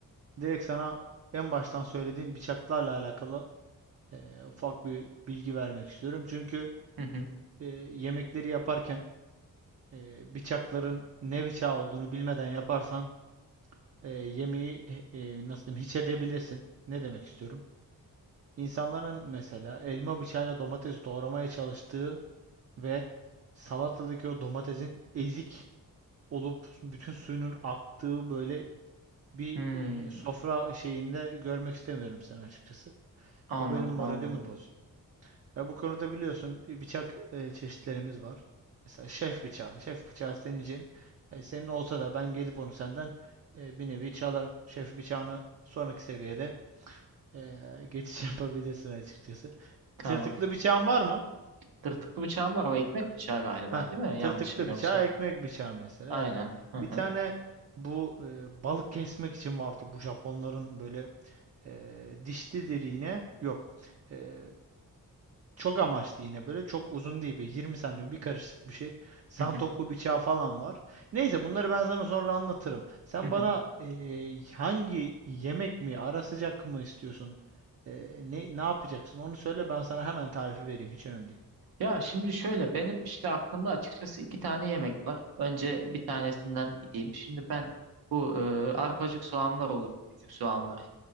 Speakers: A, on the right; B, on the right.
A: direkt sana en baştan söylediğin bıçaklarla alakalı e, ufak bir bilgi vermek istiyorum. Çünkü
B: hı hı.
A: e, yemekleri yaparken e, bıçakların ne bıçağı olduğunu bilmeden yaparsan e, yemeği e, e, nasıl diyeyim hiç edebilirsin. Ne demek istiyorum? İnsanların mesela elma bıçağıyla domates doğramaya çalıştığı ve salatadaki o domatesin ezik olup bütün suyunun aktığı böyle bir
B: Hmm,
A: e, sofra şeyinde görmek istemiyorum seni açıkçası.
B: anladım
A: Bu benim moralimi
B: anladım.
A: bozuyor. Ya bu konuda biliyorsun bir bıçak e, çeşitlerimiz var. Mesela şef bıçağı. Şef bıçağı senin için e, senin olsa da ben gelip onu senden e, bir nevi çalarım. Şef bıçağını sonraki seviyede ee, geçiş <laughs> yapabilirsin açıkçası.
B: Tamam.
A: Tırtıklı bıçağın var mı?
B: Tırtıklı bıçağım var o ekmek bıçağı galiba
A: Heh,
B: değil mi?
A: tırtıklı
B: Yanlışım yoksa.
A: bıçağı, ekmek bıçağı mesela
B: Aynen.
A: evet.
B: Hı
A: Bir
B: hı,
A: tane bu e, balık kesmek için vardır bu Japonların böyle e, dişlidir yine. Yok. E, Çok amaçlı yine böyle. Çok uzun değil. Böyle 20 santim bir karışık bir şey. Santoku
B: hı hı,
A: bıçağı falan var. Neyse bunları ben sana sonra anlatırım. Sen
B: hı hı.
A: bana eee, hangi yemek mi ara sıcak mı istiyorsun? Eee, ne, ne yapacaksın? Onu söyle ben sana hemen tarifi vereyim. Hiç önemli değil.
B: Ya şimdi şöyle benim işte aklımda açıkçası iki tane yemek var. Önce bir tanesinden gideyim. Şimdi ben bu e, arpacık soğanlar olur, küçük soğanlar.